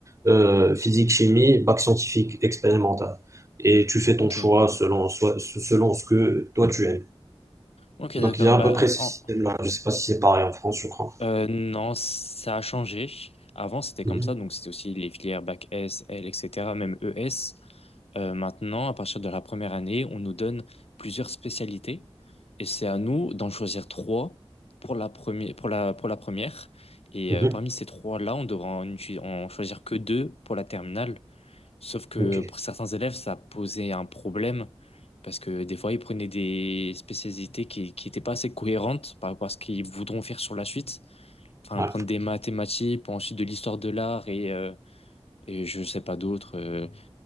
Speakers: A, on the right; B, on the left.
A: euh, physique chimie, bac scientifique expérimental. Et tu fais ton
B: ok.
A: choix selon, soi- selon ce que toi tu aimes.
B: Ok,
A: Donc
B: d'accord.
A: il y a
B: Bah,
A: à peu près ce
B: en,
A: système-là. Je ne sais pas si c'est pareil en France, je crois.
B: Euh, non, ça a changé. Avant, c'était comme
A: Mhm.
B: ça, donc c'était aussi les filières bac S, L, etc., même ES. Euh, maintenant, à partir de la première année, on nous donne plusieurs spécialités et c'est à nous d'en choisir trois pour la première, pour la, pour la première. Et
A: Mhm.
B: euh, parmi ces trois-là, on devra en, uti- en choisir que deux pour la terminale. Sauf que
A: Ok.
B: pour certains élèves, ça posait un problème parce que des fois, ils prenaient des spécialités qui n'étaient pas assez cohérentes par rapport à ce qu'ils voudront faire sur la suite enfin
A: Ouais.
B: prendre des mathématiques, puis ensuite de l'histoire de l'art et euh, et je sais pas d'autres. euh,